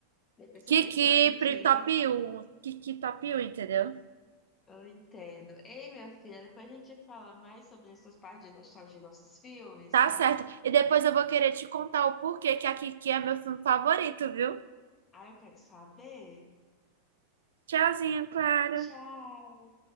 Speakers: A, on the left; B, on the right.
A: Depois que
B: Kiki
A: eu conhecer o Kiki,
B: pri- top um, Kiki top um, entendeu?
A: eu entendo. Ei, minha filha, depois a gente fala mais sobre essas partes de nostalgia de nossos filmes,
B: Tá
A: tá?
B: certo. E depois eu vou querer te contar o porquê que a Kiki é meu filme favorito, viu?
A: Ai, eu quero saber.
B: Tchauzinho, Clara.
A: Tchau!